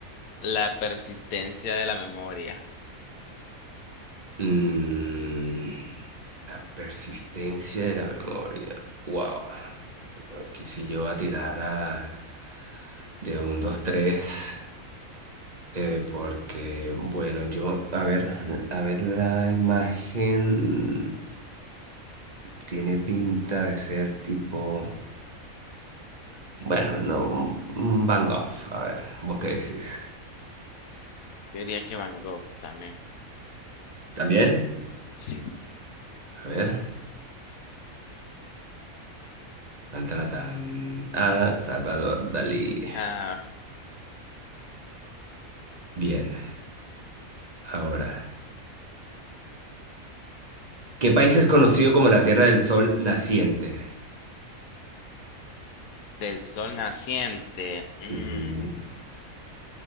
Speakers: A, on the left; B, on the right.
A: la persistencia de la memoria?
B: Mm, la persistencia de la memoria. Wow. Aquí sí yo voy a tirar a- de un, dos, tres. eh, porque, bueno, yo, a ver, a ver, la imagen tiene pinta de ser tipo, bueno, no, un Van Gogh. A ver, ¿vos qué decís?
A: Yo diría que Van Gogh también.
B: ¿También?
A: Sí.
B: A ver, tan, tan, tan, a Salvador Dalí.
A: Ah,
B: Bien, ahora. ¿Qué país es conocido como la Tierra del Sol naciente?
A: del sol naciente. mm,
B: Mm,